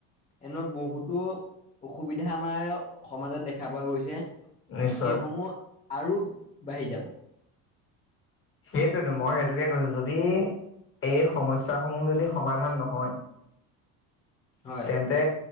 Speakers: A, on the left; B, on the left.
A: এনেকুৱা বহুতো অসুবিধা আমাৰ সমাজত দেখা পোৱা গৈছে
B: নিশ্চয়
A: সেইসমূহ আৰু বাঢ়ি যাব।
B: সেইটোয়েতো মই সেইটোকে কৈছো যদি এই সমস্যা সমূহ যদি সমাধান নহয়।
A: হয়
B: তেন্তে